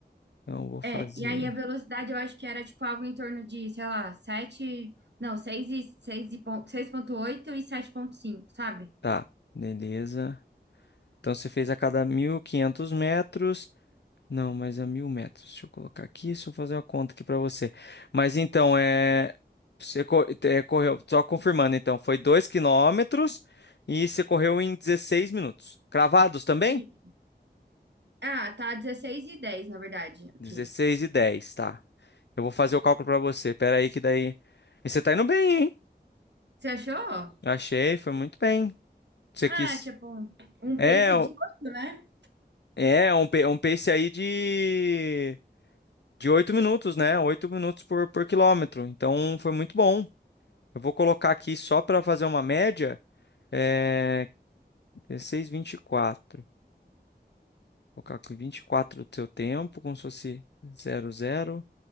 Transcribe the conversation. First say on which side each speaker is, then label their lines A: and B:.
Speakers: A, on the left; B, on the right.
A: Então, eu vou fazer.
B: É, e aí a velocidade eu acho que era tipo algo em torno de, sei lá, 7, Não, 6 e, 6 e, pon- 6,8 e sete vírgula cinco, sabe?
A: Tá, beleza. Então, você fez a cada 1.500 metros. Não, mas a 1.000 metros. Deixa eu colocar aqui, deixa eu fazer uma conta aqui pra você. Mas então, é. Você co- é, correu, só confirmando então, foi 2 quilômetros e você correu em 16 minutos. Cravados também?
B: Isso. Ah, tá 16 e 10 na verdade, aqui.
A: dezesseis e dez tá. Eu vou fazer o cálculo pra você. Pera aí que daí. E você tá indo bem,
B: Você achou?
A: Achei, foi muito bem. Você
B: Ah,
A: quis.
B: tipo, um
A: É,
B: pace de oito, né?
A: é um, pa- um pace aí de de 8 minutos, né? oito minutos por, por quilômetro. Então foi muito bom. Eu vou colocar aqui só para fazer uma média. É 16,24. Vou colocar aqui 24 do seu tempo, como se fosse zero zero,